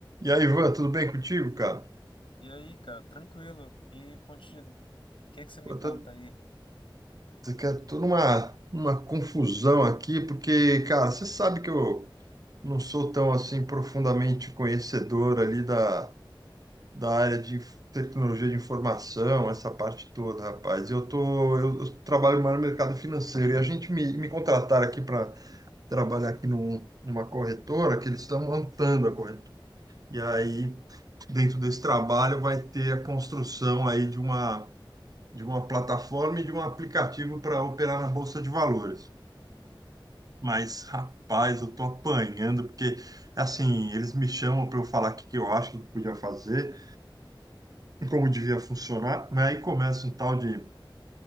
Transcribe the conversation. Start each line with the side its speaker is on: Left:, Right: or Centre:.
Right: E aí, Ivan, tudo bem contigo, cara?
Left: E aí, cara, tranquilo. E contigo? O que que você me
Right: Pô,
Left: conta
Right: tá,
Left: aí?
Right: tá- cara, tô numa, numa confusão aqui, porque, cara, você sabe que eu não sou tão, assim, profundamente conhecedor ali da, da área de inf- tecnologia de informação, essa parte toda, rapaz. Eu tô, eu, eu trabalho mais no mercado financeiro e a gente me, me contrataram aqui para trabalhar aqui num, numa corretora que eles estão montando a corretora. E aí, dentro desse trabalho, vai ter a construção aí de uma de uma plataforma e de um aplicativo para operar na bolsa de valores. Mas, rapaz,
Left: Hum.
Right: eu tô apanhando, porque, assim, eles me chamam para eu falar o que que eu acho que podia fazer, como devia funcionar, né? Aí começa um tal de,